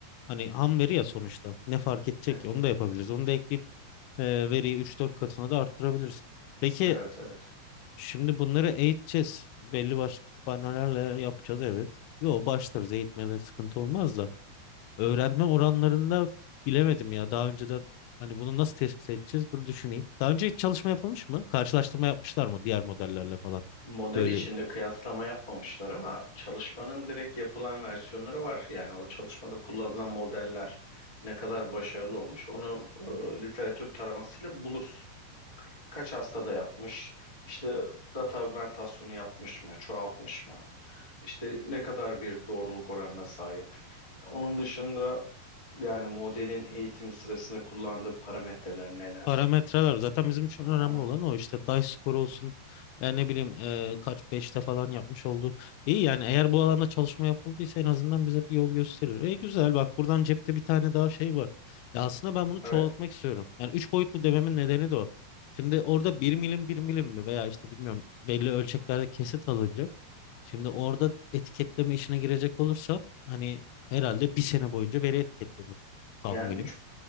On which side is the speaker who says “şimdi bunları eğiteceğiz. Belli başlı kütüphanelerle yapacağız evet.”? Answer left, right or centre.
Left